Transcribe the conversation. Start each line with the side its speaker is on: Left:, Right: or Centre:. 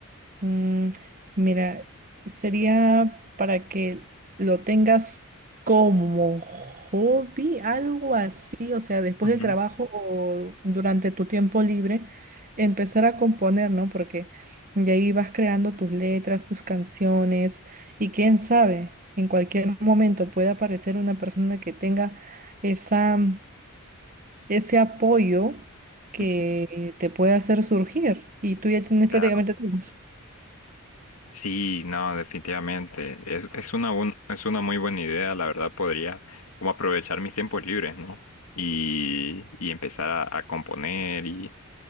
Right: mm, mira, sería para que lo tengas. Como hobby, algo así, o sea, después
Left: Ujú,
Right: del trabajo o durante tu tiempo libre, empezar a componer, ¿no? Porque de ahí vas creando tus letras, tus canciones y quién sabe, en cualquier momento puede aparecer una persona que tenga esa, ese apoyo que
Left: ujú,
Right: te puede hacer surgir y tú ya tienes
Left: Claro.
Right: prácticamente todo.
Left: Sí, no, definitivamente. Es, es una buen- es una muy buena idea, la verdad podría como aprovechar mis tiempos libres, ¿no? Y, y empezar a, a componer y,